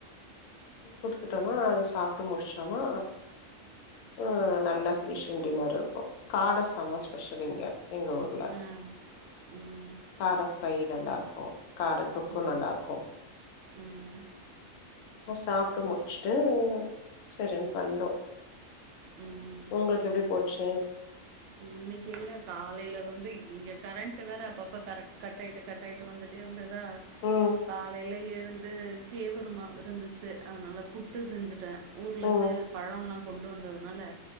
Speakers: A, on the left; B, on the right.
A: குடுத்துட்டோன்னா அத சாப்ட்டு முடிச்சோனா அ நல்லா ஃபினிஷிங் டின்னர் இருக்கு காட செம ஸ்பெஷல் இங்க எங்க ஊர்ல
B: அ ம்
A: காட ஃப்ரை நல்லா இருக்கு காட தொக்கு
B: ம்
A: நல்லா இருக்கு
B: ம்
A: அப்போ சாப்ட்டு முடிச்சுட்டு சரின்ட்டு வந்தோ
B: ம்
A: உங்களுக்கு எப்புடி போச்சு
B: இன்னைக்கு எங்க காலையில இருந்து இங்க கரண்ட்டு வேற அப்பப்ப கரண்ட் கட் ஆயிட்டு கட் ஆயிட்டு வந்துட் டே இருந்துதா
A: ம்,
B: காலையில எழுந்து கேவுரு மாவு இருந்துச்சு அதனால புட்டு செஞ்சுட்ட ஊர்ல
A: ம்,
B: இருந்து பழோலா கொண்டு வந்ததுனால